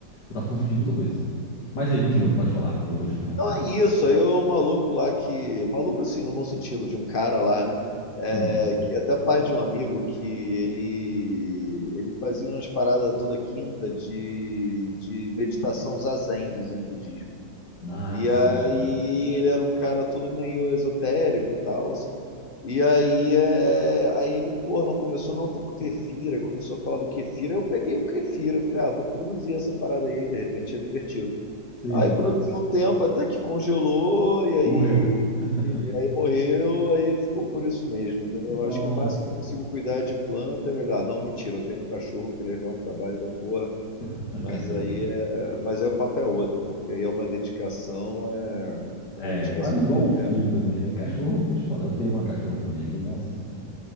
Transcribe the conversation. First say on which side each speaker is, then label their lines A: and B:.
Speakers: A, on the left; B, on the left.
A: Eu tava confundindo com outra coisa. Mas aí, continua, pode falar. Eu tô te interrompendo.
B: Não é isso, aí o maluco lá que... Maluco, assim, no bom sentido, de um cara lá, né? É,
A: Sim.
B: que é até pai de um amigo que ele ele fazia umas paradas toda quinta de, de meditação zazen do zen budismo.
A: Ah,
B: E
A: sim,
B: aí
A: sim.
B: ele era um cara todo meio esotérico e tal. E aí, é, aí ele, pô, não começou não, tô com Kefira, começou a falar do Kefira, eu peguei o kefir eu falei, ah, vou produzir essa parada aí, de repente é divertido.
A: Sim.
B: Aí produzi um tempo até que congelou, e aí,
A: Morreu. <laughs>
B: e aí morreu, aí ficou por isso mesmo, entendeu?
A: Nossa,
B: Eu acho que o máximo que eu consigo cuidar é de planta é olhar, não, mentira, eu tenho um cachorro que eles dão um trabalho da porra,
A: <laughs>
B: mas
A: cachorro
B: aí
A: é foda.
B: é, mas aí o papo é outro, porque aí é uma dedicação, é, é uma
A: É,
B: dedicação.
A: quase igual um filho
B: É,
A: também, né? Cachorro, vou te falar, eu tenho uma cachorra também aqui, nossa senhora.